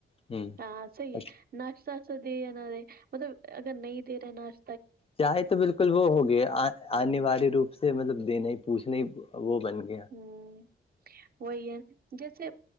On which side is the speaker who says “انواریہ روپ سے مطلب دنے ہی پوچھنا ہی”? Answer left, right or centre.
Left